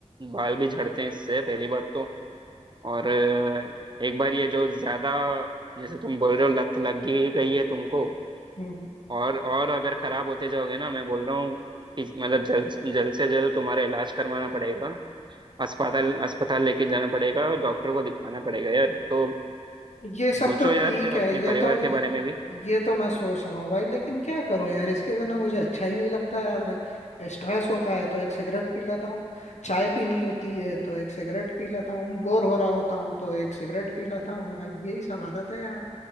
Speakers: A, on the right; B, on the left.
A: बाल भी झड़ते हैं इससे पहली बात तो और अ, एक बार ये जो ज्यादा जैसे तुम बोल रहे हो लत लग ही गई है तुमको
B: हम्म।
A: और और अगर खराब होते जाओगे ना मैं बोल रहा हूँ कि मतलब जल्द जल्द से जल्द तुम्हारा इलाज करवाना पड़ेगा अस्पताल अस्पताल लेके जाना पड़ेगा और डॉक्टर को दिखाना पड़ेगा यार तो
B: ये सब
A: सोचो
B: तो
A: यार
B: ठीक
A: फिर
B: है
A: अपने
B: ये
A: परिवार
B: तो
A: के बारे में भी
B: ये तो मैं सोच रहा हूँ भाई लेकिन क्या करूँ यार इसके बिना मुझे अच्छा ही नहीं लगता यार भाई स्ट्रेस होता है तो एक सिगरेट पी लेता हूँ चाय पीनी होती है तो एक सिगरेट पी लेता हूँ बोर हो रहा होता हूँ तो एक सिगरेट पी लेता हूँ भाई यही सब आदत है यार